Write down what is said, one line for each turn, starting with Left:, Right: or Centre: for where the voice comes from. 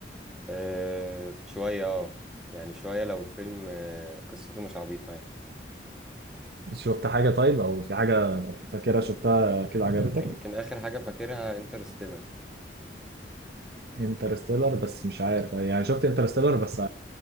Centre: أه شوية اه يعني شوية لو الفيلم آه، قصته مش عبيطة يعني
Right: شفت حاجة طيب أو في حاجة فاكرها شفتها كده عجبتك
Centre: الح- يمكن اخر حاجة فاكرها انترستيلر
Right: انترستيلر بس مش عارف يعني شفت انترستيلر بس